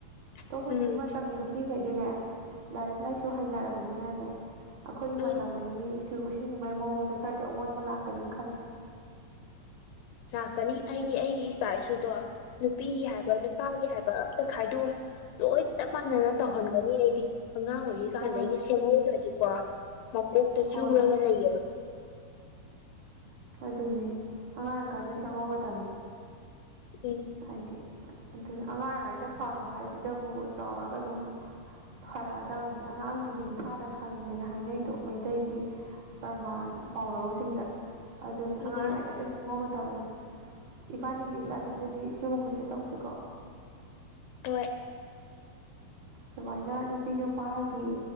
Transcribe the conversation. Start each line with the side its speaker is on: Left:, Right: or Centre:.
Right: ꯑꯣ
Left: ꯎꯝ
Right: ꯍꯧꯖꯤꯛꯀꯤ ꯃꯇꯝꯒꯤ ꯅꯨꯄꯤꯈꯩꯗꯤꯅꯦ ꯂꯥꯏꯔꯤꯛ ꯂꯥꯏꯁꯨ ꯍꯩꯅꯔꯕꯅꯤꯅꯅꯦ ꯑꯩꯈꯣꯏꯒꯤ
Left: ꯎꯝ
Right: ꯃꯇꯝꯗꯗꯤ ꯁꯤꯒꯨꯝꯕꯩ ꯃꯑꯣꯡꯁꯦ ꯈꯔꯗꯤ ꯑꯑꯣꯟꯕ ꯂꯥꯛꯀꯅꯤ ꯈꯜꯂꯦ
Left: ꯂꯥꯛꯀꯅꯤ ꯑꯩꯗꯤ ꯑꯩꯒꯤ ꯏꯆꯥ ꯏꯁꯨꯗꯣ ꯅꯨꯄꯤꯒꯤ ꯍꯥꯏꯕ ꯅꯨꯄꯥꯒꯤ ꯍꯥꯏꯕ ꯑꯝꯇ ꯈꯥꯏꯗꯣꯛꯑꯦ ꯂꯣꯏ ꯆꯞ ꯃꯥꯟꯅꯅ ꯇꯧꯍꯟꯒꯅꯤ ꯑꯩꯗꯤ ꯑꯉꯥꯡ ꯑꯣꯏꯔꯤꯀꯥꯟꯗꯒꯤ
Right: ꯍꯣꯏ
Left: ꯁꯦꯝꯍꯧꯗ꯭ꯔꯗꯤꯀꯣ ꯃꯀꯣꯛꯇ ꯆꯨꯔꯒ
Right: ꯍꯣꯏ
Left: ꯂꯩꯌꯦꯕ
Right: ꯑꯗꯨꯅꯦ ꯑꯉꯥꯡꯔꯀꯥꯟꯗ ꯁꯦꯝꯍꯧꯒꯗꯕꯅꯦ
Left: ꯎꯝ
Right: ꯍꯥꯏꯗꯤ ꯑꯗꯨ ꯑꯉꯥꯡꯉꯩꯗ ꯐꯕ ꯍꯥꯏꯁꯤꯗꯕꯨ ꯆꯥꯎꯔꯒ ꯑꯗꯨꯝ ꯐꯔꯛꯑꯗꯕꯅꯤ ꯑꯉꯥꯡꯗꯤ ꯅꯤꯡꯊꯥꯗ ꯈꯪꯉꯦꯅ ꯍꯥꯏꯅꯩꯗꯣ ꯃꯩꯇꯩꯒꯤ ꯄ꯭ꯔꯃꯥꯟ ꯄꯥꯎꯔꯧꯁꯤꯡꯗ ꯑꯗꯨꯅꯤ ꯑꯉꯥꯡꯉꯩꯗ
Left: ꯎꯝ
Right: ꯂꯣꯏ ꯁꯦꯝꯪꯍꯧꯒꯗꯕꯅꯦ ꯏꯕꯥꯅꯤꯒꯤ ꯏꯆꯥ ꯏꯁꯨꯗꯗꯤ ꯁꯤꯒꯨꯝꯕꯕꯁꯤꯦ ꯇꯧꯁꯤꯀꯣ
Left: ꯑꯩꯣꯏ
Right: ꯁꯨꯃꯥꯏꯅ ꯅꯨꯄꯤ ꯅꯨꯄꯥꯒꯤ